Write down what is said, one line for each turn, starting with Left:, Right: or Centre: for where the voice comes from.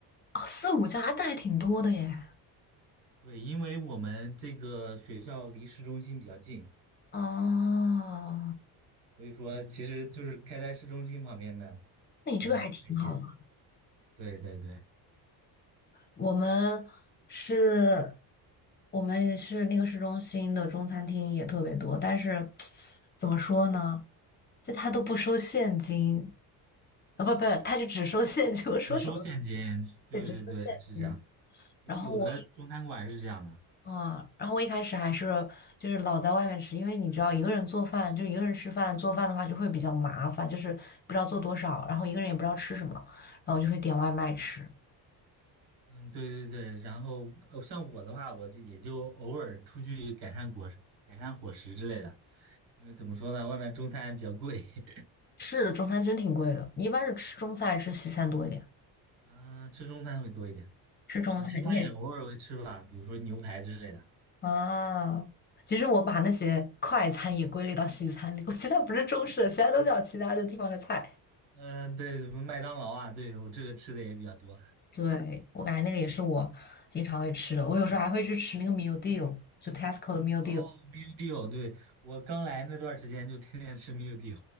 Left: 哦，四五家，那还挺多的耶。
Right: 对，因为我们这个学校离市中心比较近，
Left: 哦，
Right: 所以说其实就是开在市中心旁边的，
Left: 那你这个还挺好的。
Right: 嗯、那些，对对对，
Left: 我们是，我们是那个市中心的中餐厅也特别多，但是 <tsk> 怎么说呢？就他都不收现金，啊，不不，他就只收现金。我说什么？
Right: 只收现金，对对对，
Left: 对，只收现金。
Right: 是这样。有有的中餐馆是这样的。
Left: 然后我一啊，然后我一开始还是就是老在外面吃，因为你知道一个人做饭，就一个人吃饭做饭的话就会比较麻烦，就是不知道做多少，然后一个人也不知道吃什么，然后就会点外卖吃。
Right: 嗯，对对对，然后呃像我的话，我就也就偶尔出去改善果实、改善伙食之类的，因为怎么说呢，外面中餐比较贵，
Left: 是中餐真挺贵的，你一般是吃中餐还是吃西餐多一点？
Right: <laughs> 啊、吃中餐会多一点，
Left: 吃中餐，
Right: 啊、西餐也偶尔会吃吧，
Left: 你也是
Right: 比如说牛排之类的，
Left: 啊？其实我把那些快餐也归类到西餐里，我觉得它不是中式的，其他都叫其他的地方的菜。
Right: 嗯、对，麦当劳啊，对我这个吃的也比较多。
Left: 对，我感觉那个也是我经常会吃的，我有时候还会去吃那个 meal deal，就 Tesco 的 meal deal。
Right: 哦，meal d e a 对，我刚来那段儿时间就天天吃 meal d e a